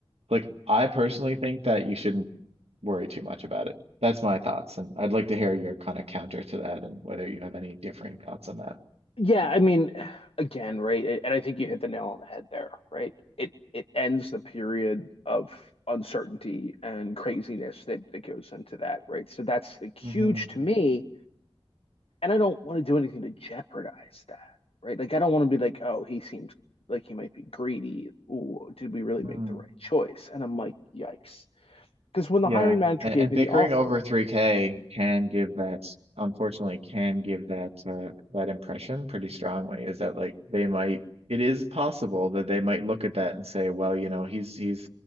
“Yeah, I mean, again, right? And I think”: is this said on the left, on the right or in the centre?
Left